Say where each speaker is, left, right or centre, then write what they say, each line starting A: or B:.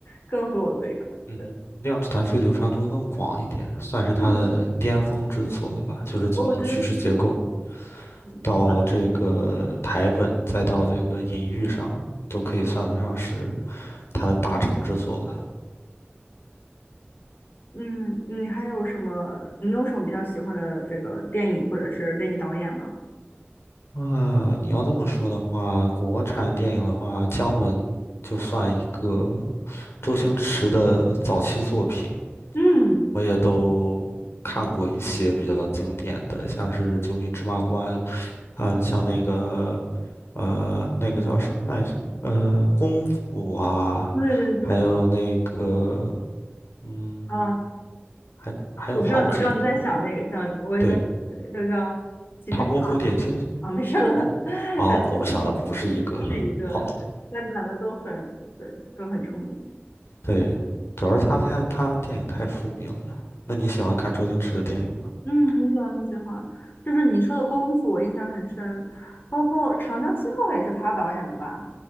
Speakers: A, on the left; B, on the left.
A: 更合我的胃口，
B: 嗯哼，
A: 对，
B: 《量子弹飞》流传度更广一点，算是他的巅峰之作了吧？
A: <laughs> 就是
B: 就是从叙事结构。
A: 我觉得是，嗯。
B: 到这个台本，再到这个隐喻上，都可以算得上是他的大成之作了。
A: 嗯，你还有什么？你有什么比较喜欢的这个电影或者是电影导演吗？
B: 啊，你要这么说的话，国产电影的话，姜文就算一个周星驰的早期作品，
A: 嗯，
B: 我也都看过一些比较经典的，像是《九品芝麻官》啊，像那个呃，那个叫什么来着？呃，功夫啊，
A: 对对对，
B: 还有那个嗯。
A: 啊，
B: 还还有好几个，
A: 我知道，我知道你在想那个，想我也在，
B: 对，
A: 呃都叫喜剧之王
B: 唐伯虎点秋香，
A: 啊，没事了，
B: 嗯，
A: <laughs>
B: 哦，
A: 呃对对，
B: 我们想的不是一个，
A: 不是一个，
B: 好了，
A: 对那两个都很，对，都很出名。
B: 对，主要是他太他电影太出名了。那你喜欢看周星驰的电影吗？
A: 嗯，很喜欢，很喜欢。就是你说的《功夫》，我印象很深，包括《长江七号》也是他导演的吧？